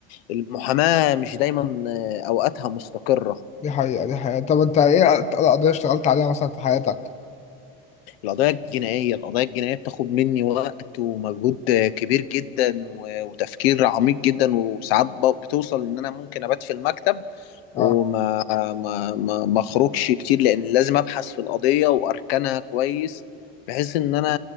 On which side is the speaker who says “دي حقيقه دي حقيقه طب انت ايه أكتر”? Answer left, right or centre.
Left